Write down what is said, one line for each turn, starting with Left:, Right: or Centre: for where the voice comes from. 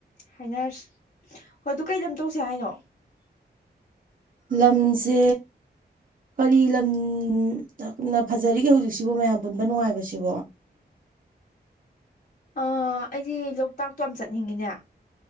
Left: ꯍꯥꯏꯅꯔꯁꯤ꯫ ꯍꯣꯏ ꯑꯗꯨ ꯀꯩ ꯂꯝ ꯇꯧꯁꯦ ꯍꯥꯏꯅꯣ꯫
Right: ꯂꯝꯁꯦ ꯀꯔꯤ ꯂꯝ ꯎꯝ ꯑ ꯀꯔꯤꯅ ꯐꯖꯔꯤꯒꯦ ꯍꯧꯖꯤꯛꯁꯤꯕꯨ ꯃꯌꯥꯝ ꯄꯨꯟꯕ ꯅꯨꯡꯉꯥꯏꯕꯁꯤꯕꯣ꯫
Left: ꯑ ꯑꯩꯗꯤ ꯂꯣꯛꯇꯥꯛꯇꯣ ꯌꯥꯝ ꯆꯠꯅꯤꯡꯉꯤꯅꯦ꯫